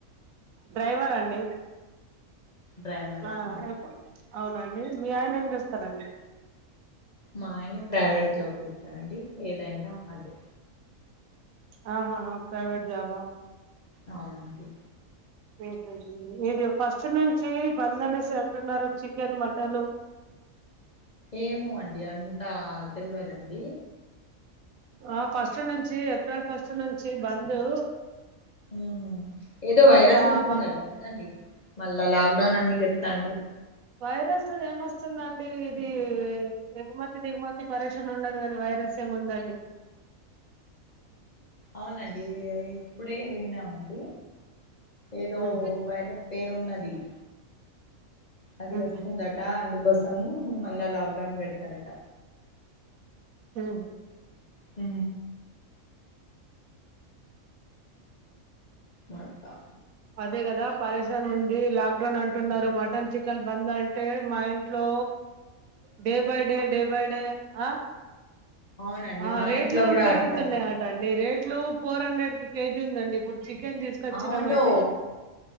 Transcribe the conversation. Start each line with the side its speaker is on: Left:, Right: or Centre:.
Right: డ్రైవర్ అండి
Left: డ్రైవరా
Right: అ
Left: అండి
Right: ఏ పో అవునండి మీ ఆయన ఏం చేస్తరండి
Left: మా ఆయన ప్రైవేట్ జాబ్ జేస్తడండి ఏదంటే అదే
Right: ఆ హా హా ప్రైవేట్ జాబ్ ఆ
Left: అవునండి
Right: ఆ హ్ ఇది ఫస్ట్ నుంచి బంద్ అనేసి అంటున్నారు చికెన్ మటన్
Left: ఏమో అండి అంత తెలవదండి
Right: ఆ ఫస్ట్ నుంచి ఏప్రిల్ ఫస్ట్ నుంచి బందు
Left: ఉ హ్ ఏదో వైరస్
Right: ఆ
Left: వస్తుందట
Right: బ
Left: కదండి మళ్ళా లాక్ డౌన్ అన్ని చెప్తాన్రు
Right: వైరస్ ఏమొస్తుందండి ఇది ఎగుమతి దిగుమతి పరీక్షణ ఉండదు కాని వైరస్ ఏముందండి
Left: అవునండి ఇప్పుడే విన్నామండి ఏదో
Right: మ్మ్
Left: వైరస్ పేరు ఉన్నది ది అది
Right: హ్మ్
Left: వస్తుందట అందుకు కోసము మళ్ళా లాక్డౌన్ పెడతారట
Right: హ
Left: హ అకా
Right: అదే కదా పరేేశాన్ ఉందిడిలా ని అంటున్నారు మటన్ చికెన్ బంద్ అంటే మా ఇంట్లో day by day day by day ఆ
Left: అవునండి
Right: ఆ
Left: మా
Right: రేట్లు
Left: ఇంట్లో కూడా
Right: పెరుగుతున్నాయి
Left: అట్లానే
Right: ఆట అండి రేట్ ఇట్లు ఫోర్ హండ్రెడ్ కి కేజీ ఉందండి ఇప్పుడు చికెన్ తీసుకొచ్చినమ
Left: అవును
Right: అయితే